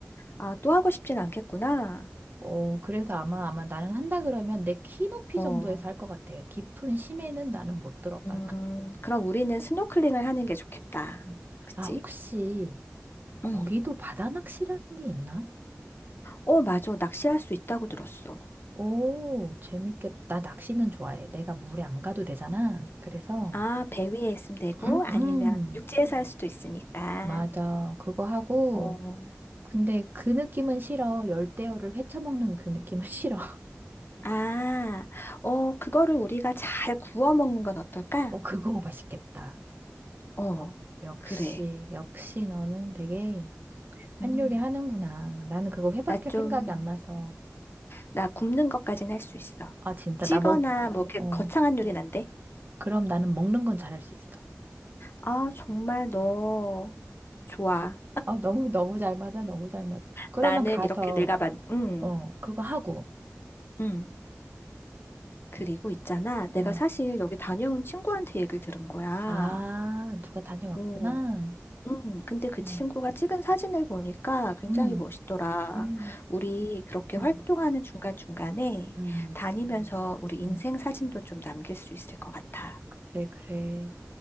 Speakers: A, on the left; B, on the right.
A: 아, 또 하고 싶진 않겠구나.
B: 어, 그래서 아마, 아마 나는 한다 그러면 내 키 높이
A: 어,
B: 정도에서 할 것 같아. 깊은 심해는 나는 못 들어가.
A: 음, 그럼 우리는 스노클링을 하는 게 좋겠다.
B: 음.
A: 그치?
B: 아, 혹시, 거기도
A: 응.
B: 바다 낚시라는 게 있나?
A: 어, 맞아. 낚시할 수 있다고 들었어.
B: 오, 재밌겠다. 나 낚시는 좋아해. 내가 물에 안 가도 되잖아. 그래서,
A: 아, 배 위에 있으면 되고,
B: 음,
A: 아니면
B: 음.
A: 육지에서 할 음. 수도 있으니까.
B: 맞아. 그거 하고,
A: 어,
B: 근데 그 느낌은 싫어. 열대어를 헤쳐먹는 그 느낌은 <laughs> 싫어.
A: 아, 어, 그거를 우리가 잘 구워 먹는 건 어떨까?
B: 어, 그거 맛있겠다.
A: 어,
B: 역, 역시,
A: 그래.
B: 역시 너는 되게 한
A: 음,
B: 요리 하는구나. 나는 그거 회밖에
A: 나 좀,
B: 생각이 안 나서.
A: 나 굽는 것까진 할 수 있어.
B: 아, 진짜,
A: 찌거나
B: 나 먹,
A: 뭐, 이렇게
B: 어,
A: 거창한 요리는 안 음. 돼.
B: 그럼 나는 먹는 건 잘할 수 있어.
A: 아, 정말 너, 좋아.
B: 어, 너무, 너무 잘 맞아. 너무 잘 맞아. 그러면
A: 나는
B: 가서,
A: 이렇게 내가 만, 응,
B: 어, 그거 하고,
A: 응. 그리고 있잖아, 내가
B: 어,
A: 사실 여기 다녀온 친구한테 얘기를 들은 거야.
B: 아, 누가 다녀왔구나.
A: 오, 음, 근데 그 친구가
B: 음,
A: 찍은 사진을 보니까 굉장히
B: 음,
A: 멋있더라.
B: 음,
A: 우리 그렇게
B: 음,
A: 활동하는 중간중간에
B: 음.
A: 음. 다니면서 우리 인생
B: 음.
A: 사진도 좀 남길 수 있을 것 같아.
B: 그래, 그래.